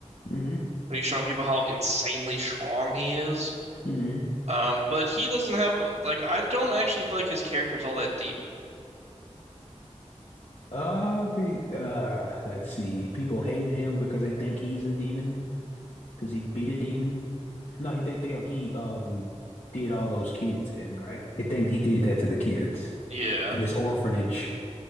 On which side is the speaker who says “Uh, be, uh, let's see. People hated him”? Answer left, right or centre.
Left